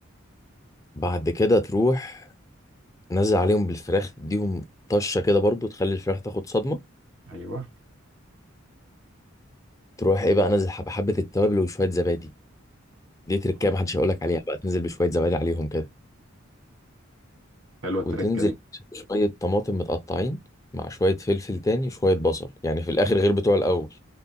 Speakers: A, on the left; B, on the right.
A: بعد كده تروح نازل عليهم بالفراخ تديهم طشة كده برضه تخلي الفراخ تاخد صدمة
B: ايوه
A: تروح ايه بقى نازل حبة حبة التوابل وشوية زبادي دي تركية
B: آه.
A: محدش هيقولك عليها بقى تنزل بشوية زبادي عليهم كده
B: حلوة التركة
A: وتنزل
B: دي
A: شوية طماطم متقطعين مع شوية فلفل تاني شوية بصل يعني في الآخر غير بتوع الأول